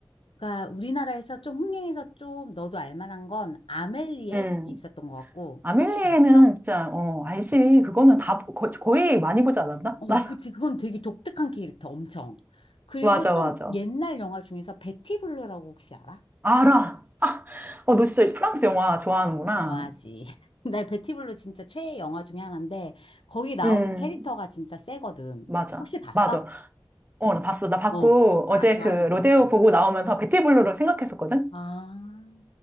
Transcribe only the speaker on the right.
음.
아멜리에는
진짜, 어, 알지. 그거는 다, 거, 거의 많이 보지 않았나?
<laughs> 나
맞아,
맞아.
알아. 어, 너 진짜 프랑스 영화 좋아하는구나.
음.
맞아,
맞아. 어, 나 봤어. 나 봤고,
어제
그 로데오 보고 나오면서 베티블루를 생각했었거든?